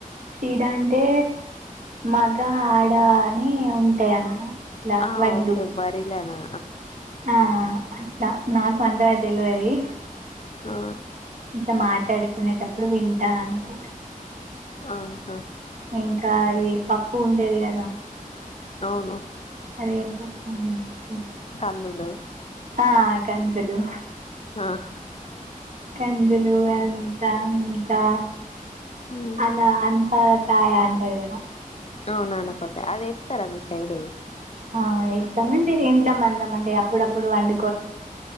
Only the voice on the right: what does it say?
షీడ్ అంటే మగ ఆడ అని ఉంటాయంట ఇట్లా
వడ్లు
ఆ అట్లా నాకు అంత తెలవరీ
ఇట్లా మాట్లాడుకునేటప్పుడు వింటా అంతే
ఇంకా అది పప్పు ఉంటది కదా
అది ఎం పప్పు
ఆ కందులు
కందులు అం ఇంకా
అ అంతా కాయ అంటారు క <unintelligible> దా
ఆ ఎస్తామండి ఇంట్లో మందామంటే అప్పుడప్పుడు వండు